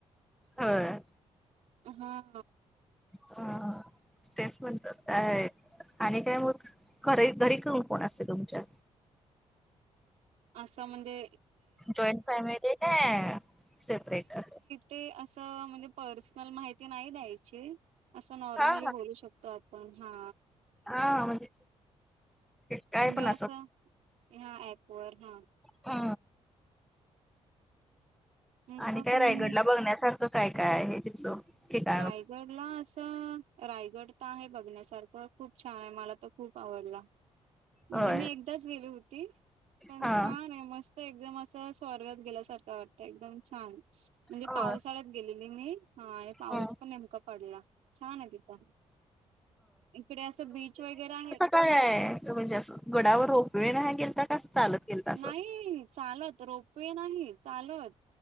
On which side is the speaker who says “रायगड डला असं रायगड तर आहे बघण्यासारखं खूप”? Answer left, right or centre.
Right